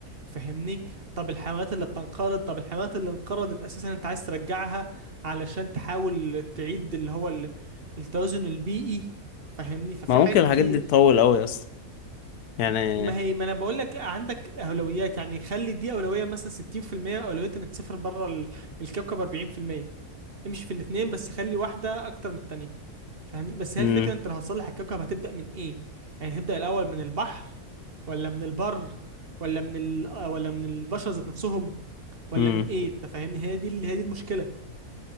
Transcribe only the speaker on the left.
ما ممكن
الحاجات
دي تطول قوي اصلا يعني
امم
امم